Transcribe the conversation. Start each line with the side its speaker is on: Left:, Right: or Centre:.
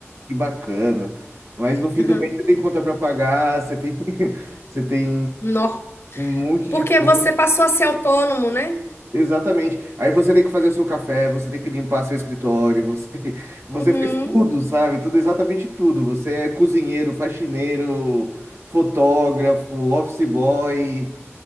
Right: que bacana. Mas no fim
Left: uhum.
Right: do mês você tem conta para pagar, você tem, <laughs> você tem
Left: Nó.
Right: um monte
Left: Porque
Right: de coisa.
Left: você passou a ser autônomo, né?
Right: Exatamente. Aí você tem que fazer o seu café, você tem que limpar seu escritório, você tem, você
Left: Uhum,
Right: faz tudo, sabe? Tudo, exatamente tudo. Você é cozinheiro, faxineiro, fotógrafo, office boy